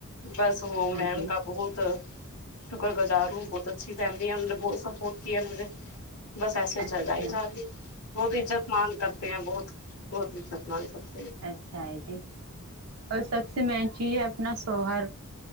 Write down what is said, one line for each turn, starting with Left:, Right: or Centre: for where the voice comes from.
Left: بس وہ
Right: ہاں
Left: میں ان
Right: جی
Left: کا بہت شکر گزار ہوں بہت اچھی فیملی ہے انوں نے بہت سپورٹ کیا ہے مجھے بس ایسے
Right: اچھا
Left: چل جائی جاتی بہت عزت مان کرتے ہیں بہت بہت اچھاتنا سب
Right: اچھا ہے جی اور سب سے مین چیز ہے آپ اپنا سوہر